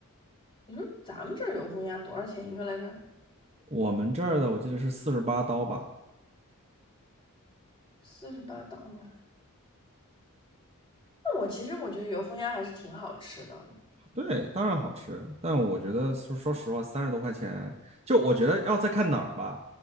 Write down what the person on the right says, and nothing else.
我们这儿的我记得是四十八刀吧，
对，当然好吃，但我觉得说说实话，三十多块钱，就我觉得要再看哪儿吧。